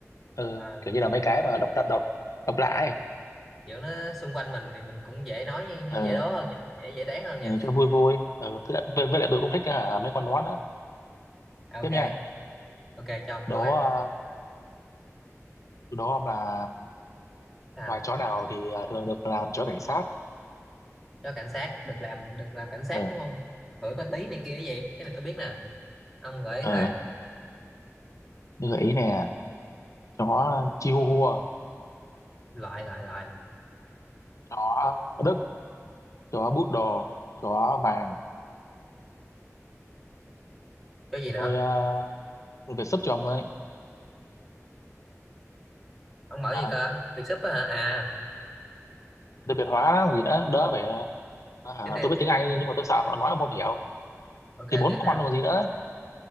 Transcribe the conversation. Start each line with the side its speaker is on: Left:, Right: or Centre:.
Left: ừ
Centre: Ờ,
Left: kiểu như là mấy cái mà độc độc độc độc lạ ấy
Centre: kiểu nó xung quanh mình thì mình cũng dễ nói nhưng
Left: ừ,
Centre: dễ đố hơn nha, dễ dễ đoán hơn nha.
Left: ừ cho vui vui ừ với lại, với, với lại tôi cũng thích hả, mấy con đó nữa
Centre: À,
Left: tiếp
Centre: ok,
Left: nha
Centre: ok cho ông
Left: đố
Centre: trước ấy.
Left: ờ, đố ông là
Centre: Nào,
Left: loài chó nào thì ờ, thường được làm chó cảnh sát
Centre: cho cảnh sát được làm được làm cảnh sát
Left: ừ
Centre: đúng không? Gửi ma tí này kia cái gì? Cái này tôi biết nè. Ông gửi
Left: ừ
Centre: thôi.
Left: như gợi ý nè chó chihuahua
Centre: Loại loại loại.
Left: chó đức chó poodle chó vàng
Centre: Cái gì nữa?
Left: tôi ờ, tôi phải sub cho ông đấy
Centre: Ông mở
Left: à,
Centre: gì cơ? Việc súp á hả? À,
Left: tôi Việt hóa đó, còn gì nữa đỡ phải à, à,
Centre: tiếp đây
Left: tôi biết
Centre: tiếp
Left: tiếng
Centre: đây
Left: Anh
Centre: tiếp đây.
Left: nhưng mà tôi sợ nó nói ông không hiểu
Centre: Ok
Left: thì bốn
Centre: tiếp
Left: con
Centre: nào.
Left: còn gì nữa